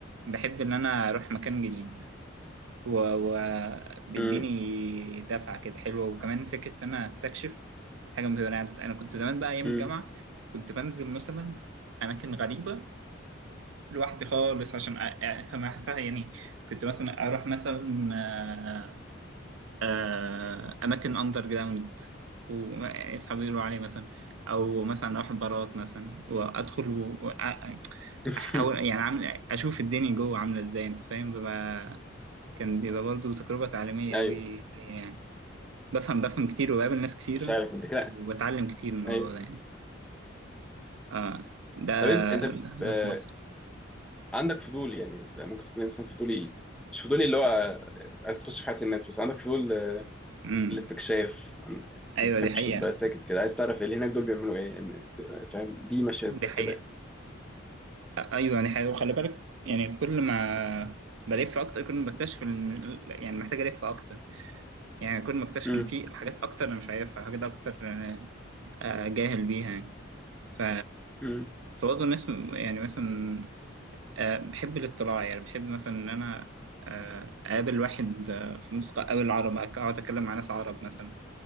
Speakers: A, on the right; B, in the centre.
A: بحب ان انا اروح مكان جديد وبيديني
B: امم
A: دفعة كده حلوة وكمان فكرة ان انا استكشف حاجة مهمة انا أنا كنت زمان بقى ايام
B: امم
A: الجامعة كنت بنزل مثلا اماكن غريبة لوحدي خالص عشان أ- أ- افهم يعني كنت مثلا اروح مثلا آه، آه، اماكن اندر جراوند واصحابي يقولوا عليه مثلا او مثلا اروح بارات مثلا وادخل و- وأ-
B: <laughs>
A: احاول يعني عامل اشوف الدنيا جوه عامله ازاي انت فاهم ببقى كان بيبقى برضو تجربه تعليميه
B: ايوه
A: قوي ليا يعني بفهم بفهم كتير وبقابل ناس كتيره
B: مش عارف انت كده
A: وبتعلم كتير من الموضوع
B: ايوه
A: ده يعني اه ده
B: طب انت انت ب-
A: ده
B: آه،
A: في مصر
B: عندك فضول يعني انت ممكن تكون انسان فضولي مش فضولي اللي هو آه، عايز تخش في حياه الناس بس عندك فضول
A: امم
B: الاستكشاف أنا
A: ايوه
B: ما بتحبش
A: دي حقيقه
B: تبقى ساكت كده عايز تعرف اللي هناك دول بيعملوا ايه يعني فاهم دي ماشيه
A: دي
B: زي
A: حقيقه
B: كده
A: ايوه دي حقيقه وخلي بالك يعني كل ما بلف اكتر كل ما بكتشف إن- يعني محتاج الف اكتر يعني كل ما اكتشف
B: امم
A: ان في حاجات اكتر انا مش عارفها حاجات اكتر آه، آه، جاهل بيها يعني ف
B: امم
A: فبرضه الناس م- يعني مثلا آه، بحب الاطلاع يعني بحب مثلا ان انا آه، اقابل واحد آه، في مصر اقابل عرب اقعد اتكلم مع ناس عرب مثلا